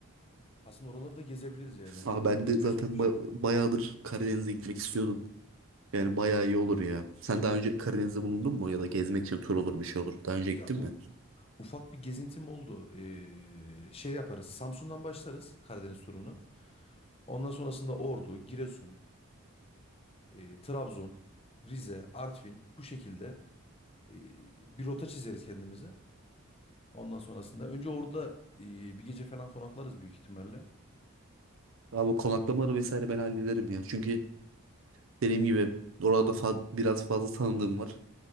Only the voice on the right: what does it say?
Aa ben de
zaten
ba- bayağıdır Karadeniz'e gitmek istiyordum. Yani
bayağı iyi olur ya. Sen daha önce Karadeniz'de bulundun mu? Ya da gezmek için tur olur bir şey olur. Daha önce
gittin mi?
Abi bu konaklamaları
vesaire ben hallederim ya. Çünkü dediğim gibi orada fa- biraz fazla tanıdığım var.